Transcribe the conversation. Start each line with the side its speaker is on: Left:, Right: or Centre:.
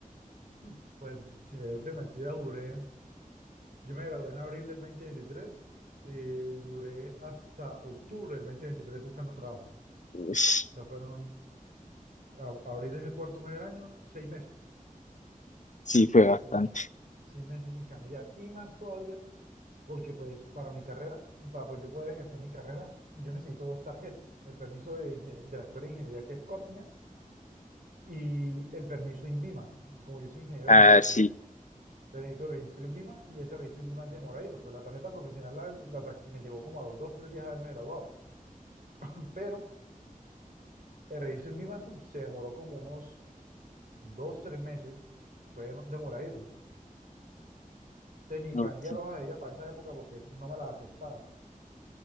Right: Mm, Pues, sin decirte mentira, duré. Yo me gradué en abril del 2023 eh, duré hasta octubre del 2023 buscando trabajo.
Left: Ush,
Right: O sea, fueron. a- abril es el cuarto mes del año, seis meses.
Left: sí, fue bastante.
Right: Sí, seis meses sin cambiar. Y más todavía, porque, pues, para mi carrera, para pues, yo poder ejercer mi carrera, yo necesito dos tarjetas: el permiso de, ingen- de la Escuela de Ingeniería, que es COPNIA, y el permiso INVIMA, como yo soy ingeniero
Left: Ah,
Right: biomédico.
Left: sí.
Right: Te necesito registro en INVIMA y ese registro en INVIMA es demoradito. Pues la tarjeta profesional la- la sa- me llevó como a los dos, tres días de haberme graduado. <clears throat> Pero el registro en INVIMA <laughs> se demoró como unos dos, tres meses. Fue dem- demoradito. Te ni
Left: Ok,
Right: para enviar hojas de vida para esa época porque no me las aceptaban.